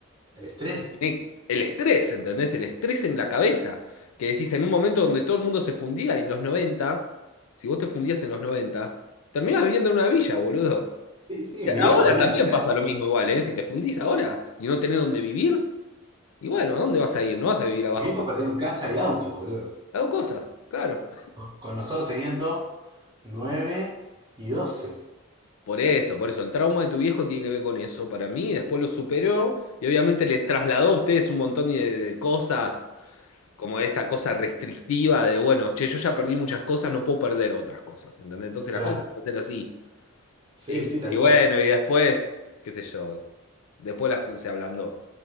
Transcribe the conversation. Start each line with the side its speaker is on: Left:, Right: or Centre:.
Right: el estrés.
Left: eh, El estrés, ¿entendés? El estrés en la cabeza. Que decís, en un momento donde todo el mundo se fundía en los 90. si vos te fundías en los 90, terminás viviendo en una villa, boludo.
Right: Sí, sí,
Left: Y
Right: mi viejo
Left: Ahora
Right: perdió,
Left: también
Right: mi
Left: pasa lo mismo igual, ¿eh? Si te fundís ahora y no tenés dónde vivir, y bueno, ¿a dónde vas a ir? No vas a vivir abajo.
Right: viejo perdió en casa y auto, boludo.
Left: Hago cosas, claro.
Right: Con con nosotros teniendo 9 y doce
Left: Por eso, por eso, el trauma de tu viejo tiene que ver con eso para mí. Después lo superó y obviamente les trasladó a ustedes un montón de de cosas como esta cosa restrictiva de, bueno, che, yo ya perdí muchas cosas, no puedo perder otras cosas, ¿entendés? Entonces
Right: Claro,
Left: las cosas van a ser así.
Right: sí,
Left: Y,
Right: sí,
Left: y
Right: tal
Left: bueno,
Right: cual.
Left: y después, qué sé yo, después las, se ablandó.